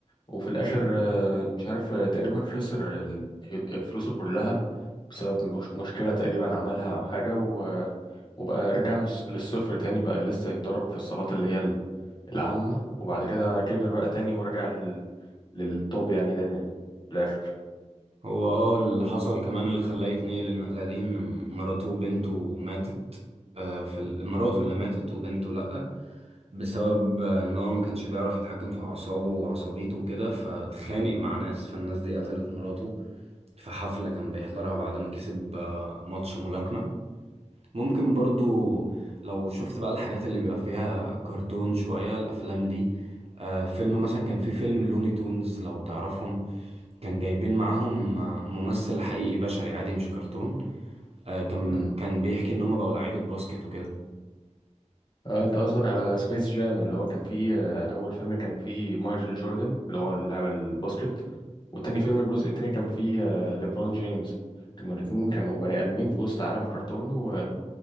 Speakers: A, on the left (about 40°); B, on the right (about 55°).
A: وفي الاخر آه، مش عارف آه، تقريبا خسر ال- فلوسه كلها بسبب مش- مشكلة تقريبا عملها او حاجة و- وبقى رجع من الص- للصفر تاني بقى لسه يتدرب في الصالات اللي هي ال- العامة وبعد كده كبر بقى تاني ورجع لل- للتوب يعني تاني في الاخر
B: هو اه اللي حصل كمان اللي خلاه يتنقل النقلة دي ان مراته وبنته ماتت آه، في ال- مراته اللي ماتت وبنته لأ بسبب آه، ان هو ما كانش بيعرف يتحكم في اعصابه وعصبيته وكده فاتخانق مع ناس فالناس دي قتلت مراته في حفلة كان بيحضرها بعد ما كسب آه، ماتش ملاكمة ممكن برضو لو شفت بقى الحاجات اللي بيبقى فيها كرتون شوية الأفلام دي آه فيلم مثلا كان في فيلم لوني تونز لو تعرفهم كان جايبين معاهم آه، ممثل حقيقي بشري عادي مش كرتون آه كان
A: مم.
B: كان بيحكي إن هما بقوا لعيبة باسكت وكده
A: اه انت قصدك على سبيس جام اللي هو كان فيه آه، اول فيلم كان فيه مايكل جوردن اللي هو اللاعب الباسكت والتاني فيلم الجزء التاني كان فيه آه، ليبرون جيمس كانوا الاتنين كانوا بني ادمين في وسط عالم كرتون و...